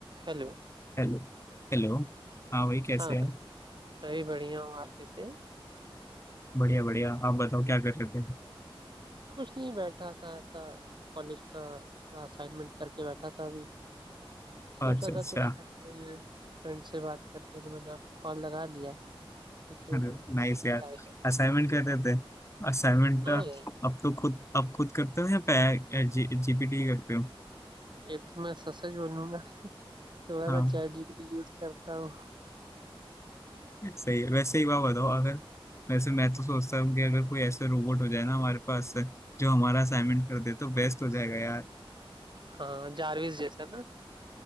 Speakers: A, on the right; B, on the left.
A: Hello
B: Hello Hello हाँ भाई कैसे
A: हाँ
B: हैं
A: मैं मैं भी बढ़िया हूँ आप कैसे हैं
B: बढ़िया बढ़िया आप बताओ क्या कर रहे थे
A: कुछ नहीं बैठा था ऐसा कॉलेज का थोड़ा असाइनमेंट करके बैठा था अभी सोचा
B: अच्छा अच्छा
A: था कुछ करते हैं फ्रेंड से बात करते हैं तो मैंने आपको कॉल लगा लिया देखिए
B: अरे
A: क्या
B: नाइस यार
A: क्या ही करना
B: असाइनमेंट
A: है हम्म,
B: कर रहे थे असाइनमेंट
A: हाँ
B: अब
A: यार
B: तो खुद अब खुद करते हो या पे जी, जीपीटी करते हो
A: ये तो मैं सच सच बोलूंगा थोड़ा
B: हाँ
A: सा चैट जीपीटी यूज करता हूँ
B: सही है वैसे ही बात बताओ अगर वैसे मैं तो सोचता हूँ कि अगर कोई ऐसा रोबोट हो जाए ना हमारे पास जो हमारा असाइनमेंट कर दे तो बेस्ट हो जाएगा यार
A: हाँ जारविस जैसा ना